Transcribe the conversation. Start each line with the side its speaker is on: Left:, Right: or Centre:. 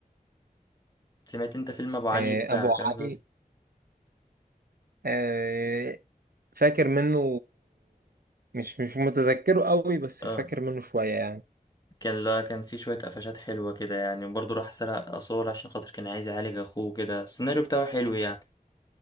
Left: سمعت انت فيلم ابو علي
Right: آه،
Left: بتاع
Right: ابو
Left: كلام
Right: علي
Left: ده
Right: آه، فاكر منه مش مش متذكره قوي بس
Left: اه
Right: فاكر منه شوية يعني
Left: كان لا كان في شويه قفشات حلوه كده يعني وبرضه راح سرق اثار عشان خاطر كان عايز يعالج اخوه كده السيناريو بتاعه حلو يعني